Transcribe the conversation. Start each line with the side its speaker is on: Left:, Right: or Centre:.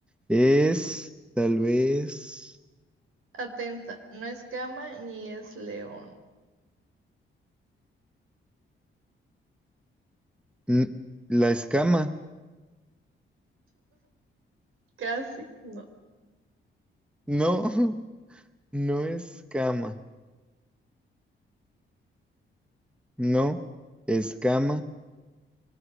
Centre: Es tal vez
Right: Atenta, no es cama ni es león.
Centre: n- la escama.
Right: Casi, no,
Centre: No, <laughs> no es cama. No, escama.